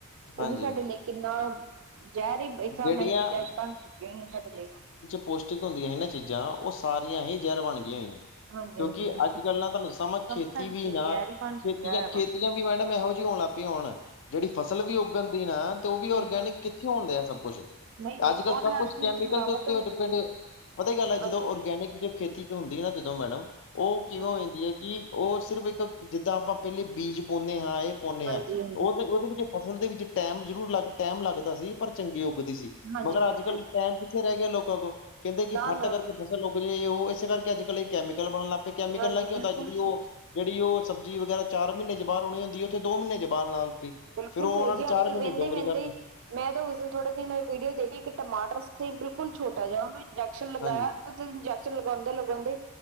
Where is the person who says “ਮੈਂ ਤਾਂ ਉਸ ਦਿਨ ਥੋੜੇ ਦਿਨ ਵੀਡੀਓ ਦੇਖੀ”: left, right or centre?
Right